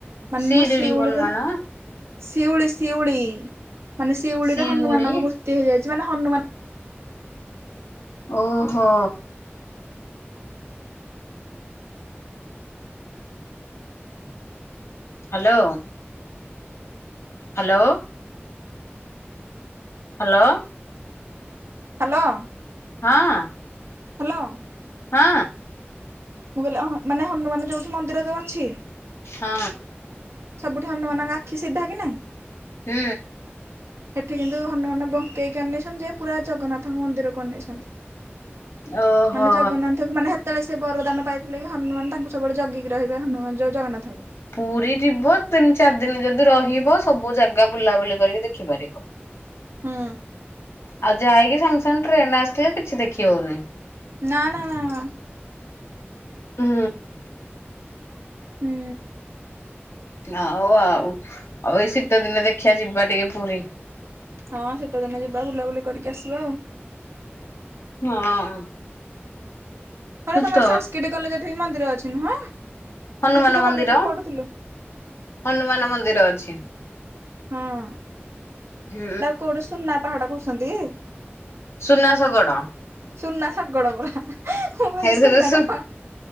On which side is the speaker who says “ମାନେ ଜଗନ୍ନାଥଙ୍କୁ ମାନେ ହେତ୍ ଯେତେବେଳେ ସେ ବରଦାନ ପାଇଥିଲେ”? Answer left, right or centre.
Right